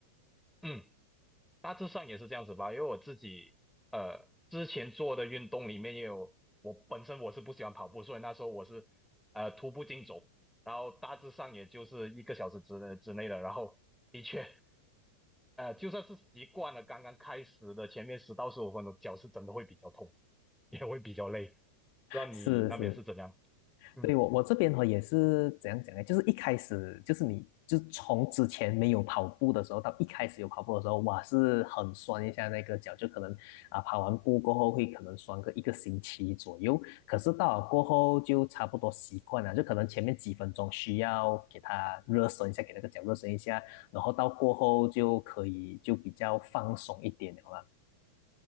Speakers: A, in the centre; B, on the left.
A: 嗯，大致上也是这样子吧。因为我自己呃之前做的运动里面也有，我本身我是不喜欢跑步，所以那时候我是呃徒步竞走，然后大致上也就是一个小时之之内的，然后的确呃就算是习惯了刚刚开始的前面十到十五分钟，脚是真的会比较痛，也会比较累。不知道你那边是怎样？
B: 是是。
A: 嗯。
B: 对，我我这边哈也是怎样讲呢？就是一开始就是你就是从之前没有跑步的时候到一开始有跑步的时候，哇，是很酸一下那个脚，就可能啊跑完步过后会可能酸个一个星期左右。可是到了过后就差不多习惯了，就可能前面几分钟需要给它热身一下，给那个脚热身一下，然后到过后就可以就比较放松一点了啦。